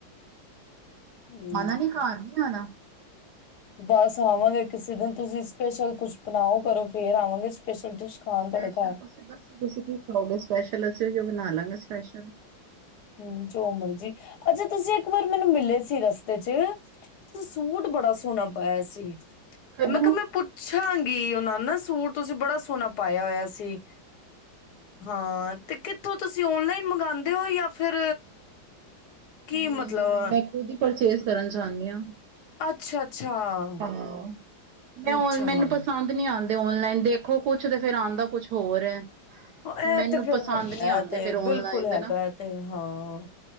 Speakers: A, on the left (about 60°); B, on the right (about 70°).
A: ਹਮ
B: ਆਣਾ ਨੀ ਘਰ ਨੀ ਆਉਣਾ
A: ਬਸ ਆਵਾਂਗੇ ਕਿਸੇ ਦਿਨ ਤੁਸੀਂ ਸਪੈਸ਼ਲ ਕੁਛ ਬਣਾਓ ਕਰੋ ਫੇਰ ਆਵਾਂਗੇ ਸਪੈਸ਼ਲ ਡਿਸ਼ ਖਾਣ
B: ਸਪੈਸ਼ਲ
A: ਤੁਹਾਡੇ ਘਰ
B: ਤੁਸੀਂ ਦੱਸੋ ਤੁਸੀਂ ਕੀ ਖਾਓਗੇ ਸਪੈਸ਼ਲ ਅਸੀਂ ਉਹੀ ਬਣਾ ਲਾਂਗੇ ਸਪੈਸ਼ਲ
A: ਹਮ ਜੋੋ ਮਰਜੀ ਅੱਛਾ ਤੁਸੀਂ ਇੱਕ ਵਾਰ ਮੈਨੂੰ ਮਿਲੇ ਸੀ ਰਸਤੇ ਚ ਤੁ ਸੂਟ ਬੜਾ ਸੋਹਣਾ ਪਾਇਆ ਸੀ
B: ਕਦੋਂ
A: ਮੈਂ ਕਿਹਾ ਮੈਂ ਪੁੱਛਾਂਗੀ ਗ ਉਹਨਾਂ ਨਾ ਸੂਟ ਤੁਸੀਂ ਬੜਾ ਸੋਹਣਾ ਪਾਇਆ ਹੋਇਆ ਸੀ ਹਾਂ ਤੇ ਕਿ ਜਥ ਤੁਸੀਂ ਔਨਲਾਈਨ ਮੰਗਉਦੇ ਹੋ ਯਾ ਫਿਰ
B: ਨਹੀਂ-ਨਹੀਂ
A: ਮਤਲਬ
B: ਮੈਂ ਖੁਦ ਹੀ, ਪਰਚੇਜ ਕਰਨ ਚਾਹੁੰਨੇ ਹਾਂ।
A: ਅੱਛਾ-ਅੱਛਾ-ਅੱਛਾ,
B: ਹਾਂ ਮੈਂ ਔਨ ਮੈਨੂੰ ਪਸੰਦ ਨਹੀਂ ਆਉਂਦੇ ਔਨਲਾਈਨ ਦੇਖੋ ਕੁੱਛ ਤੇ ਫੇਰ ਆਦਾ ਕੁਛ ਹੋਰ ਹੈ।
A: ਇਹ
B: ਮੈਨੂੰ
A: ਤੇ ਫਿਰ
B: ਪਸੰਦ
A: ਹੈਗਾ
B: ਨਹੀਂ ਆਉਂਦੇ
A: ਤੇ
B: ਫੇਰ ਔਨਲਾਈਨ
A: ਬਿਲਕੁਲ ਹੈਗਾ
B: ਦੇ
A: ਤੇ ਹਾਂ।